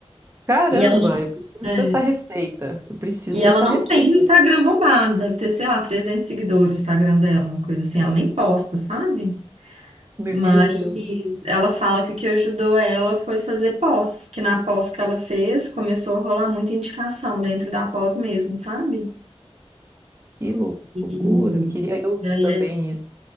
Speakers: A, on the right; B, on the right.
A: Caramba,
B: E ela,
A: eu preciso
B: é,
A: dessa receita. Eu preciso
B: e ela
A: dessa
B: não
A: receita.
B: tem o Instagram bombado, deve ter, sei lá, 300 seguidores o Instagram dela, uma coisa assim, ela nem posta, sabe?
A: Meu
B: Mas
A: Deus,
B: ela fala que o que ajudou ela foi fazer pós, que na pós que ela fez começou a rolar muita indicação dentro da pós mesmo, sabe?
A: que lou-
B: E,
A: loucura.
B: e-
A: Queria eu
B: aí
A: também
B: é
A: isso.